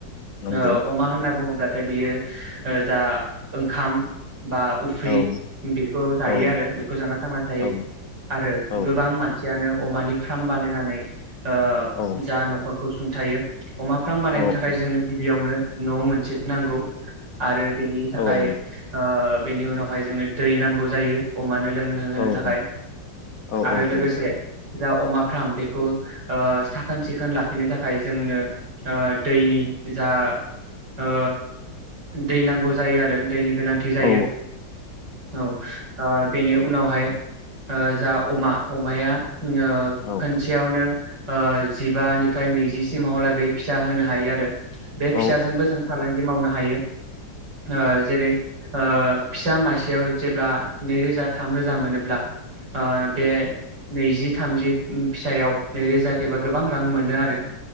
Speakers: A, on the left; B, on the right.
A: नंगौ
B: औ अमा होनना बुङोब्ला थाय बियो ओ जा ओंखाम बा उफ्रि
A: औ
B: बेखौ जायो
A: औ
B: आरो बेखौ जाना थांना थायो
A: औ
B: आरो
A: औ
B: गोबां मान सियानो अमानि फ्राम बानायनानै ओ
A: औ
B: जा न'खर सुंथायो अमा फ्राम बानायनो
A: औ
B: थाखाय जोंनो गिबियावनो न' मोनसे नांगौ आरो बेनि थाखाय
A: औ
B: ओ बेनि उनावहाय जोंनो दै नांगौ जायो अमानो लोंनो होनो
A: औ
B: थाखाय
A: औ औ
B: आरो
A: औ
B: लोगोसे
A: औ
B: जा अमा फार्म बेखौ ओ साखोन सिखोन लाखिनो थाखाय जोंनो ओ दैनि जा ओ दै नांगौ जायो आरो दैनि गोनांथि जायो।
A: औ
B: औ ओ बेनि उनावहाय ओ जा अमा अमाया ओ
A: औ
B: खोनसेयावनो ओ जिबानिफ्राय नैजिसिमहाहालागै फिसा होनो हायो आरो। बे
A: औ
B: फिसाजोंबो जों फालांगि मावनो हा हायो ओ जेरै ओ फिसा मासेयाव जेब्ला नैरोजा थाम रोजा मोनोब्ला आ बे नैजि थामजि फिसायाव नैरोजा गोबां रां मोनो आरो